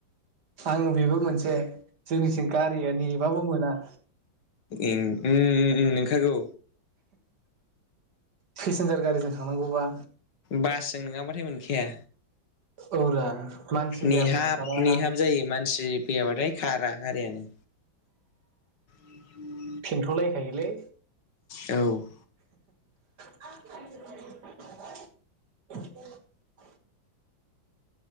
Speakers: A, on the right; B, on the left.
A: आङो बेबो मोनसे से जोंनिथिं गारि रिया नेबाबो मोना
B: उम उम उम नंखागौ
A: पेसेन्जार गारिजों थांनांगौबा
B: बासजों नङाबाथाय मोनखाया
A: औ रा मानसि जायाबानो
B: नेहाब
A: खाराना
B: नेहाब जायो मानसि फैयाबाथाय। कारा गारियानो <inaudible>
A: फिन्थ'लायखायोलै
B: औ
A: <inaudible> <inaudible>